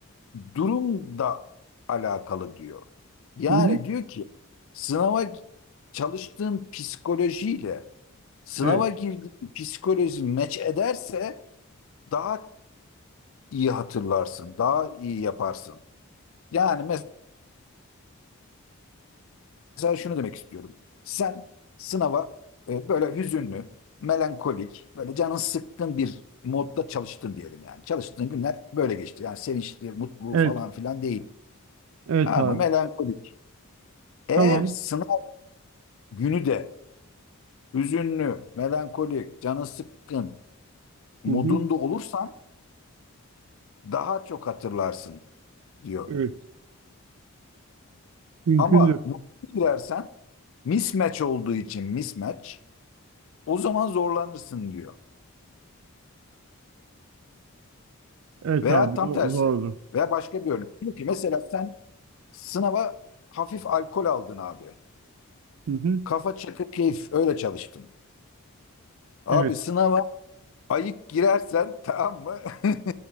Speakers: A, on the left; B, on the right.
A: durum da alakalı diyor. Yani
B: Hı hı,
A: diyor ki sınava gi- çalıştığın psikolojiyle sınava
B: evet.
A: girdiğin psikoloji meç ederse daha iyi hatırlarsın, daha iyi yaparsın. Yani mesela şunu demek istiyorum. Sen sınava e, böyle hüzünlü, melankolik, böyle canın sıkkın bir modda çalıştın diyelim yani. Çalıştığın günler böyle geçti. Yani sevinçli, mutlu
B: Evet.
A: falan filan değil.
B: Evet
A: Ama
B: abi.
A: melankolik.
B: Tamam.
A: Eğer sınav günü de hüzünlü, melankolik, canın sıkkın modunda
B: Hı hı,
A: olursan daha çok hatırlarsın diyor.
B: evet. Mümkündür.
A: Ama mutlu girersen mismatch olduğu için mismatch o zaman zorlanırsın diyor.
B: Evet
A: Veya
B: abi.
A: tam
B: zor-
A: tersi.
B: Zordur.
A: Veya başka bir örnek. Diyor ki mesela sen sınava hafif alkol aldın abi.
B: Hı hı,
A: Kafa çakı keyif öyle çalıştın. Abi
B: evet.
A: sınava ayık girersen tamam mı? <laughs>